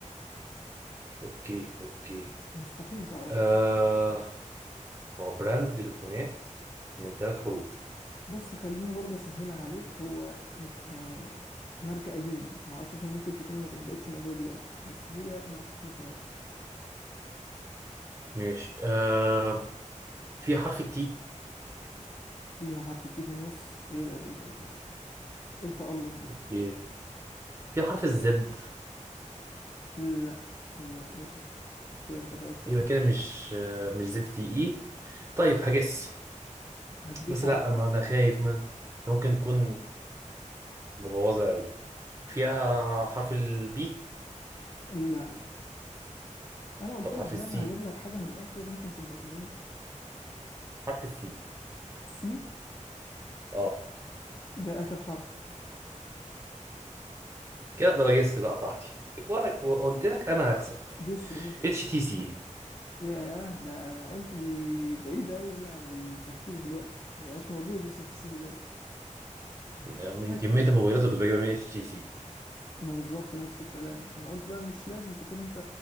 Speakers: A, on the right; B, on the left.
A: اوكي اوكي
B: مستحيل تعرفها
A: آه ما هو براند تليفونات من ثلاث حروف
B: بص خليني برضه اسهلها عليك هو يعني ماركة قديمة معرفش اصلا ممكن تكون ما بقتش موجودة دلوقتي بس هي ماركة تليفونات
A: ماشي آه في حرف التي
B: فيها حرف التي في النص ايه ده ايه ده ايه ده ايه ده إيه التألق ده
A: اوكي في حرف الزد
B: لا لا للأسف كده انت بعدت
A: يبقى
B: قوي
A: كده مش مش زد تي اي طيب هجس
B: هتجس
A: بس
B: على
A: لا
B: طول
A: ما انا خايف ما انت ممكن تكون مبوظه قوي فيها حرف البي
B: لا لا لا انا قلت
A: طب
B: لك
A: حرف
B: بقى
A: السي
B: انا هجيب لك حاجة من الآخر انت مصدقتنيش
A: حرف السي
B: سي
A: اه
B: ده آخر حرف
A: كده اقدر اجس بقى براحتي وانا قلت لك انا هكسب
B: جس يا باشا
A: اتش تي سي
B: ياه ده أنا قلت دي بعيدة قوي دي عن التفكير دلوقتي مبقاش موجود السي تي سي دلوقتي
A: من
B: ماشي
A: كميه الموبايلات اللي كنت بجيبها من اتش تي سي
B: ما بالظبط نفس الكلام ما انا قلت بقى مش لازم تكون انت